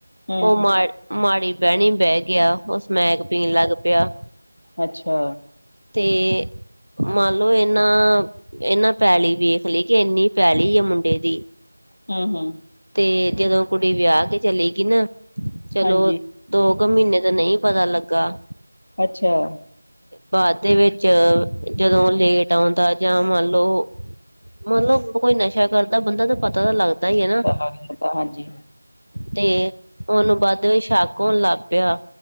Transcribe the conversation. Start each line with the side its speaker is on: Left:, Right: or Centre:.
Left: ਹੂੰ
Right: ਉਹ ਮਾੜ ਮਾੜੀ ਬਹਿਣੀ ਬਹਿ ਗਿਆ ਉਹ ਸਮੈਕ ਪੀਣ ਲੱਗ ਪਿਆ।
Left: ਅੱਛਾ
Right: ਤੇ ਮੰਨ ਲਓ ਇਨਾਂ ਇਹਨਾਂ ਪੈਲੀ ਵੇਖ ਲਈ ਕਿ ਇੰਨੀ ਪੈਲੀ ਆ ਮੁੰਡੇ ਦੀ
Left: ਹੂੰ-ਹੂੰ,
Right: ਤੇ ਜਦੋਂ ਕੁੜੀ ਵਿਆਹ ਕੇ ਚਲੇ ਗਈ ਨਾ, ਚਲੋ।
Left: ਹਾਂਜੀ
Right: ਦੋ ਕੁ ਮਹੀਨੇ ਦਾ ਨਈ ਪਤਾ ਲੱਗਾ।
Left: ਅੱਛਾ
Right: ਬਾਦ ਦੇ ਵਿੱਚ ਜਦੋਂ ਲੇਟ ਆਉਂਦਾ ਜਾਂ ਮੰਨ ਲਓ। ਮਤਲਬ ਕੋਈ ਨਸ਼ਾ ਕਰਦਾ ਬੰਦਾ ਤਾਂ ਪਤਾ ਤਾਂ ਲੱਗਦਾ। ਹੀ ਹੈ ਨਾ
Left: ਹਾਂਜੀ।
Right: ਤੇ, ਉਹਨੂੰ ਵੱਧ ਵੀ ਸ਼ੱਕ ਹੋਣ ਲੱਗ ਪਿਆ